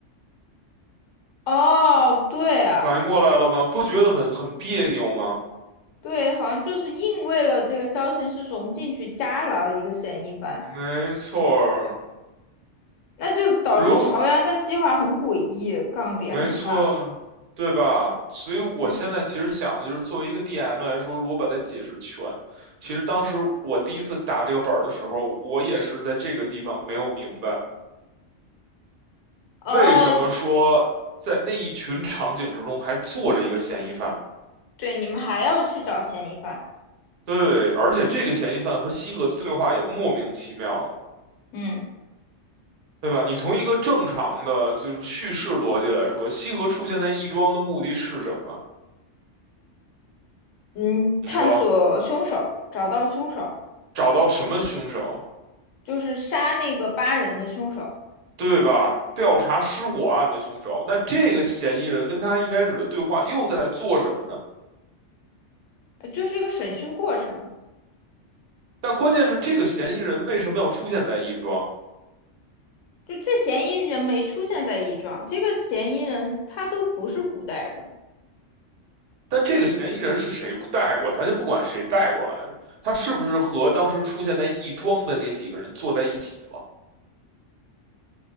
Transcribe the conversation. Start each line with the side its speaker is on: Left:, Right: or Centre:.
Left: 哦对啊。
Right: 反应过来了吧？不觉得很很别扭吗？
Left: 对，好像就是硬为了这个消息是融进去加了一个嫌疑犯，
Right: 没错儿
Left: 那就导致桃园的计划很诡异，
Right: 如
Left: 杠点很大。
Right: 没错，对吧？所以我现在其实想的就是，
Left: 嗯，
Right: 作为一个 DM 来说，如果把它解释全，其实当时我第一次打这个本儿的时候，我也是在这个地方没有明白，
Left: 哦，
Right: 为什么说在那一群场景之中还坐着一个嫌疑犯。
Left: 对，你们还要去找嫌疑犯，
Right: 对，而且这个嫌疑犯和西河的对话也莫名其妙的，
Left: 嗯
Right: 对吧？你从一个正常的就是叙事逻辑来说，西河出现在亦庄的目的是什么？
Left: 嗯，
Right: 你说
Left: 探索凶手，找到凶手，
Right: 找到什么凶手？
Left: 就是杀那个八人的凶手，
Right: 对吧？调查失火案的凶手，那这个嫌疑人跟他一开始的对话又在做什么呢？
Left: 呃就是一个审讯过程。
Right: 但关键是这个嫌疑人为什么要出现在亦庄？
Left: 就这嫌疑人没出现在一庄，这个嫌疑人他都不是古代人，
Right: 但这个嫌疑人是谁带过来？咱就不管谁带过来的，他是不是和当时出现在亦庄的那几个人坐在一起了？